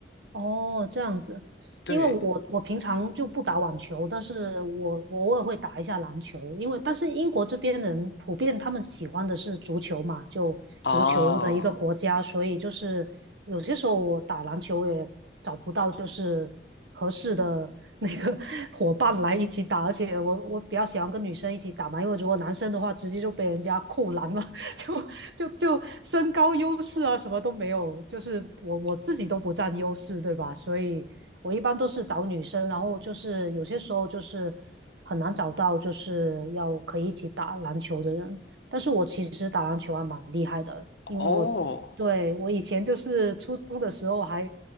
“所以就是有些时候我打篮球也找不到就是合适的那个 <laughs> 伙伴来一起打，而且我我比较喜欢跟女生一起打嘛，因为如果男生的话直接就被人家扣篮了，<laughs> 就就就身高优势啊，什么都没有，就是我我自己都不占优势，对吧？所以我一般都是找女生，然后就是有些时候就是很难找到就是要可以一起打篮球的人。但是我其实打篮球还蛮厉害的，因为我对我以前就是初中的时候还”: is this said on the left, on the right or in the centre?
Right